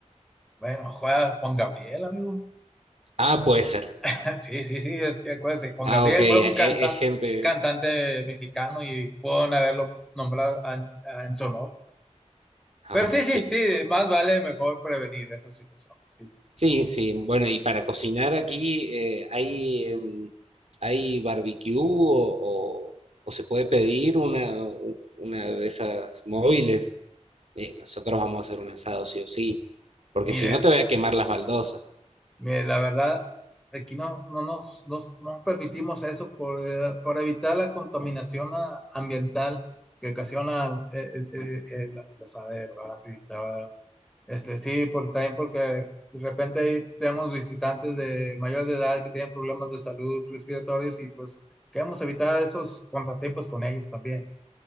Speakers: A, in the centre; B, on the right (about 65°).
A: Bueno, juega Juan Gabriel, amigo.
B: Ah, puede ser.
A: <laughs> Sí, sí, sí, es que acuérdese, Juan
B: Ah,
A: Gabriel
B: ok, e-
A: fue un
B: e,
A: cantante,
B: es, gente.
A: cantante mexicano y pueden haberlo nombrado a- a- en su honor.
B: Ah,
A: Pero
B: ok.
A: sí, sí, sí, más vale mejor prevenir esa situación. Sí.
B: Sí, sí, bueno, y para cocinar aquí, eh, ¿hay, em, hay barbecue o, o, o se puede pedir una, una de esas móviles? Eh, nosotros vamos a hacer un asado sí o sí, porque
A: Mire,
B: si no te voy a quemar las baldosas.
A: Mire, la verdad, aquí no no nos, nos- nos permitimos eso por, eh, por evitar la contaminación ah, ambiental que ocasiona eh, eh, eh, el asadero, ¿verdad? Sí, la verdad. Este, sí, por, también porque de repente ahí tenemos visitantes de mayor de edad que tienen problemas de salud respiratorios y pues queremos evitar esos contratiempos con ellos también.